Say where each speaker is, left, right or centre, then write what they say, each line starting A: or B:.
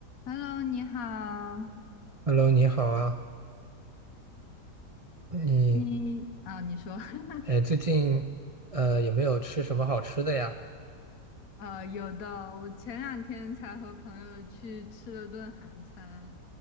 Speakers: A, on the left; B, on the right.
A: Hello，你好，
B: Hello，你好啊，你
A: 你啊，你说，<laughs>
B: 哎，最近呃有没有吃什么好吃的呀？
A: 啊，有的，我前两天才和朋友去吃了顿韩餐，